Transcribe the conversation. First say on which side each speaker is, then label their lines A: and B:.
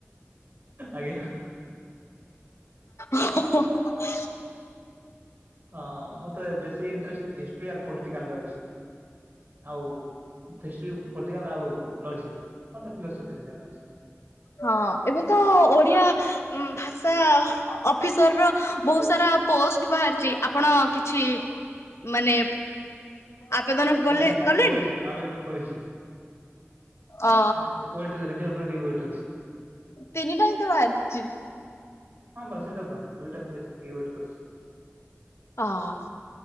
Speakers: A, on the right; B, on the left.
A: ଆଜ୍ଞା।
B: ଓହୋ ହୋ ହୋ
A: ହଁ ମତେ ବେଶୀ ଇଣ୍ଟରେଷ୍ଟ ହିଷ୍ଟ୍ରି ଆର ପଲିଟିକାଲରେ ଅଛି। ଆଉ ଫିଷ୍ଟ୍ରି ପଲ୍ଟିକାଲ ଆଉ ଲଜିକ ମୋରତ ଫିଲୋସଫି ରେ ସ୍ଥାନ ଅଛି।
B: ହଁ ଏବେ ତ ଓଡିଆ ଭାଷା ଅଫିସର ର ବହୁତ ସାରା ପୋଷ୍ଟ ବାହାରିଚି ଆପ ଆପଣ କିଛି ମାନେ ଆବେଦନ କଲେ
A: ପକେଇଛି
B: କଲେଣି?
A: ପକେଇଛି ଆବେଦ କରିଛି।
B: ଅ
A: ୱେଟ କରି ରେଜଲ୍ଟ ର ଟିକେ ୱେଟ ଅଛି।
B: ତିନିଟାହିଁ ତ ବାହାରିଚି।
A: ହଁ ପରା ସେଟା ତ ଦୁଇଟା ପକେଇଛି ଟିକେ ୱେଟ କରିଛି।
B: ଓ ହ